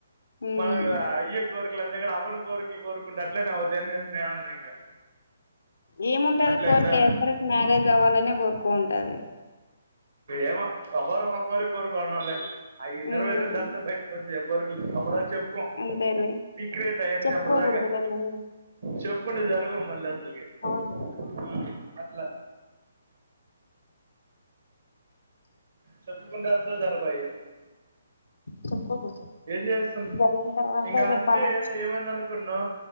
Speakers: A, on the left; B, on the right.
A: హ్మ్
B: మనమిక అయ్యే కోరికలు అంతేకని అవను కోరికలు కోరుకుంటఅట్లే నే అవ్వుద్ధి అనేసి నే అన్నా ఇంకా
A: ఏముంటది
B: అట్లయిందా
A: కోరిక ఎప్పటికి మ్యారేజ్ అవ్వాలని కోరుకో ఉంటది
B: ఏమో ఒక్కోరు ఒక్కొక్క కోరిక కోరుకున్నలే ఆ ఇన్నర్
A: హ్మ్
B: వేర్‌‌ని దాటితే బయటకు వచ్చి చె కోరిక్లు అప్పుడు వరకు చెప్పుకో
A: అంతేలే
B: సీక్రెట్ ఆయన్ని
A: చెప్పుకోకూడదులే
B: అప్పుడుదాక్క
A: ముందు
B: చెప్పుకుంటే జరగవు మళ్లీ అసలుకి
A: అవును
B: ఉమ్మ్ అట్లా చెప్పుకుంటే అసలు జ గవు అయి
A: చెప్పుకోకూడదు
B: ఏం చేస్తాన్
A: జరిగిన తర్వాతే
B: ఇంగా
A: చెప్పాలా
B: అంతే ఏమైంది అనుకున్నా